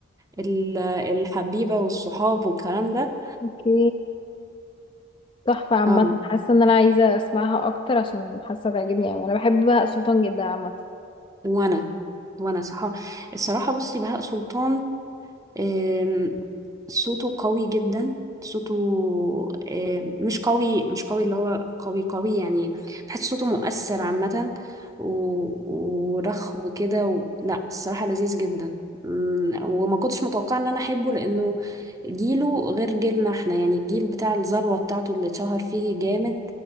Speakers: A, on the right; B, on the left.
A: ال... الحبيبة والصحاب والكلام ده
B: اوكي تحفه عامه
A: أم.
B: حاسه ان انا عايزه اسمعها اكتر عشان حاسه تعجبني قوي انا بحب بهاء سلطان جدا عامه
A: وانا وانا صح الصراحة بصي بهاء سلطان آم، صوته قوي جدا صوته آم، مش قوي مش قوي اللي هو قوي قوي يعني بحس صوته مؤثر عامة و- ورخو وكده و... لا الصراحة لذيذ جدا مم، وما كنتش متوقعة ان انا احبه لانه جيله غير جيلنا احنا يعني الجيل بتاع الذروة بتاعته اللي اتشهر فيه جامد